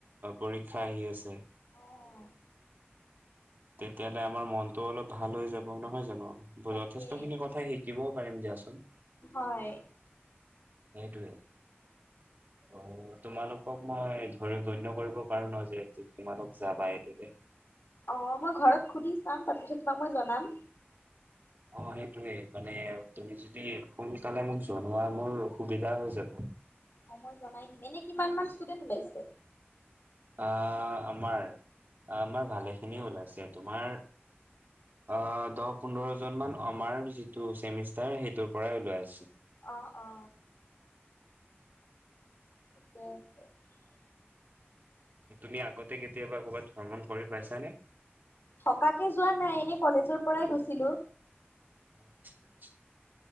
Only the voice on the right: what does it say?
পৰীক্ষা আহি আছে।
তেতিয়াহ'লে আমাৰ মনতটো অলপ ভাল হৈ যাব নহয় জানো।
যথেষ্ট খিনি কথাই শেই। দিবও পাৰিম দিয়াচোন,
সেইটোৱে, অ তোমালোকক মই ধৰি গণ্য কৰিব পাৰো ন যে তোমালোক যাবা এইটোলে।
অ, সেইটোৱে মানে তুমি যদি সোনকালে মোক জনোৱা মোৰ সুবিধা হৈ যাব
আ আমাৰ আমাৰ ভালে খিনি ওলাইছে আছে তোমাৰ অ দহ পোন্ধৰ জনমান আমাৰ যিটো চেমিষ্টাৰ সেইটোৰ পৰাই ওলাই আছে
তুমি আগতে কেতিয়াবা কৰ'বাত ভ্ৰমণ কৰি পাইছানে?
আচ্ছা আচ্ছা